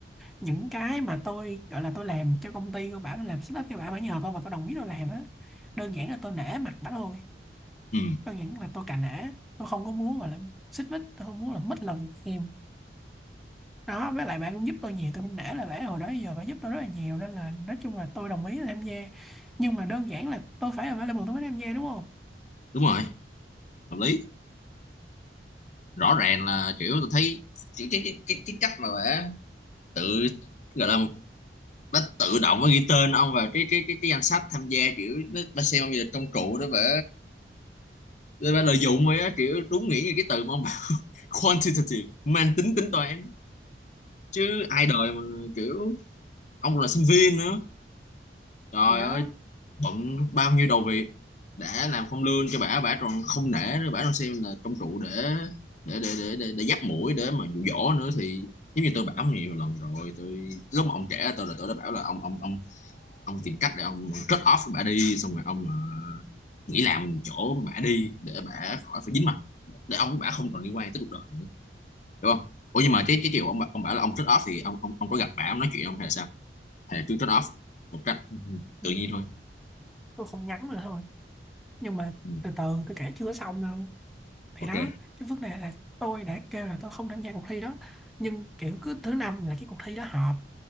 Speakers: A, in the centre; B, on the left.
A: những cái mà tôi gọi là tôi làm cho công ty của bà tôi làm setup cho bà bả nhờ tôi và tôi đồng ý tôi làm á đơn giản là tôi nể mặt bả thôi
B: ừ
A: đơn giản là tôi cà nể tôi không có muốn gọi là xích mích tôi không muốn là mất lòng em đó với lại bạn cũng giúp tôi nhiều tôi cũng nể là bạn hồi đó giờ bạn giúp tôi rất là nhiều nên là nói chung là tôi đồng ý là tham gia nhưng mà đơn giản là tôi phải available tôi mới tham gia đúng không
B: đúng rồi hợp lý rõ ràng là kiểu tôi thấy cái cái cái cái, cái cách mà bả tự gọi là nó tự động nó ghi tên ông vào cái cái cái cái danh sách tham gia kiểu nó, nó xem ông như là công cụ đó bả để bả lợi dụng vậy á kiểu đúng nghĩa như cái từ mà ông bảo <laughs> quantitative mang tính tính toán chứ ai đời mà kiểu ông còn là sinh viên nữa trời
A: thì đó
B: ơi bận bao nhiêu đầu việc đã làm không lương cho bả bả còn không nể nữa bả còn xem là công cụ để để để để để, để dắt mũi để mà dụ dỗ nữa thì giống như tôi bảo nhiều lần rồi tôi lúc mà ông trẻ tôi là tôi đã bảo là ông ông ông ông tìm cách để ông cut off với bả đi xong rồi ông ờ, nghỉ làm chỗ bả đi để bả khỏi phải dính mặt để ông với bả không còn liên quan tới cuộc đời nữa hiểu không ủa nhưng mà cái cái chiều ông bà- ông bảo là ông cut off thì ông ông ông có gặp bả ông nói chuyện không hay là sao hay là cứ cut off một cách
A: ừ,
B: tự nhiên thôi
A: tôi không nhắn nữa thôi nhưng mà
B: ừ.
A: từ từ tôi kể chưa xong đâu thì
B: ok
A: đó cái vấn đề là tôi đã kêu là tôi không tham gia cuộc thi đó nhưng kiểu cứ thứ năm là cái cuộc thi đó họp